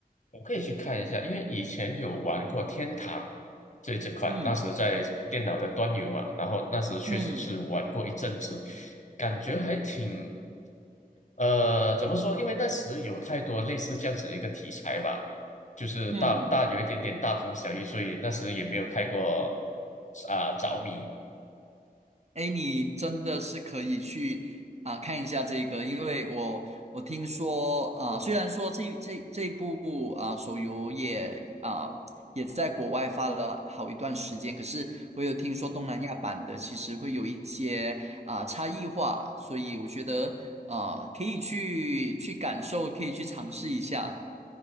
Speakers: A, on the left; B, on the right.
A: 我可以去看一下，因为以前有玩过天堂这这款，
B: 嗯
A: 那时在电脑的端游嘛，然后那时确实是玩过一阵子，
B: 嗯
A: 感觉还挺，呃，怎么说？因为那时有太多类似这样子的一个题材吧，就是大大有一点点大同小异，
B: 嗯。
A: 所以那时也没有太过啊、着迷。
B: 哎，你真的是可以去啊、看一下这个，因为我我听说啊、虽然说这这这部啊、手游也啊、也在国外发了好一段时间，可是我有听说东南亚版的其实会有一些啊、差异化，所以我觉得啊、可以去去感受，可以去尝试一下。